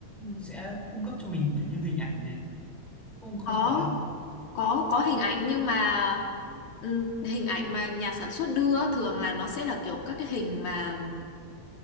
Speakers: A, in the centre; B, on the left.
A: sẽ cung cấp cho mình kiểu như hình ảnh này không không
B: Có
A: có
B: có có hình ảnh nhưng mà ừm, hình ảnh mà nhà sản xuất đưa á, thường là nó sẽ là kiểu các cái hình mà